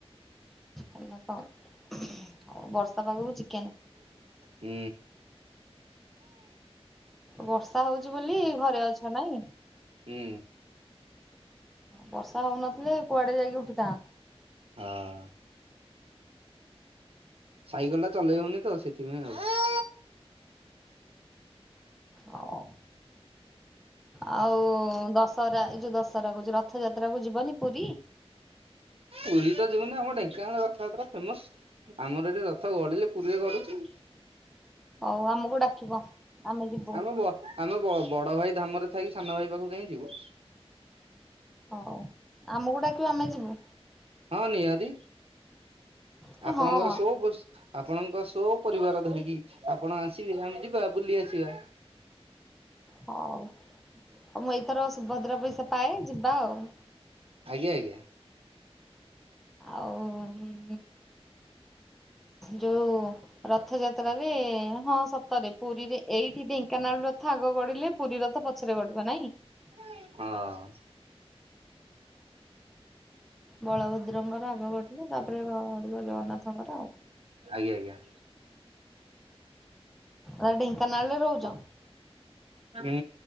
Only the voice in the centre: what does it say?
ଆଉ ବର୍ଷା ପାଗକୁ ଚିକେନ।
ବର୍ଷା ହଉଛି ବୋଲି ଘରେ ଅଛ ନାଇଁ?
ବର୍ଷା ହଉନଥିଲେ କୁଆଡେ ଯାଇକି ଉଠିଥାନ୍ତ।
ହଉ ଆଉ ଦଶହରା ଏଇ ଯୋଉ ଦଶହରା କହୁଛି, ରଥ ଯାତ୍ରା କୁ ଯିବନି ପୁରୀ?
ହଉ ଆମକୁ ଡାକିବ ଆମେ ଯିବୁ
ହଉ, ଆମକୁ ଡାକିବ ଆମେ ଯିବୁ।
ହଁ
ହଉ
ହଉ, ମୁଁ ଏଇଥର ସୁଭଦ୍ରା ପଇସା ପାଏ ଯିବା ଆଉ।
ଆଉ ଯୋଉ ରଥଯାତ୍ରାରେ ହଁ ସତରେ ପୁରୀରେ ଏଇଠି ଢେଙ୍କାନାଳର ରଥ ଆଗ ଗଡିଲେ। ପୁରୀ ରଥ ପଛରେ ଗଡିବ ନାଇଁ।
ବଳଭଦ୍ରଙ୍କର ଆଗ ଗଡିବ, ତାପରେ ପ୍ରଭୁ ଜଗନ୍ନାଥଙ୍କର।
ଆ ଢେଙ୍କାନାଳରେ ରହୁଛ